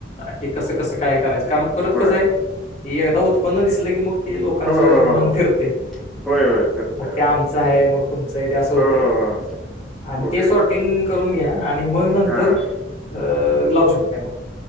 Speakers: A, on the left (about 40°); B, in the centre.
A: की, कसं, कसं. काय करायचं. कारण परत
B: होय
A: कसं आहे एकदा उत्. उत्पन्न दिसलं की मग. ते लोकांचं
B: हो हो
A: मन
B: हो
A: फिरतंय
B: होय होय करत
A: मग ते आमचं आहे मग. तुमचं इथे असं होते.
B: हो हो हो
A: आणि
B: बघायच
A: ते सॉर्टिंग. करून घ्या आणि मग नंतर
B: हां
A: अ लावू शकताय मग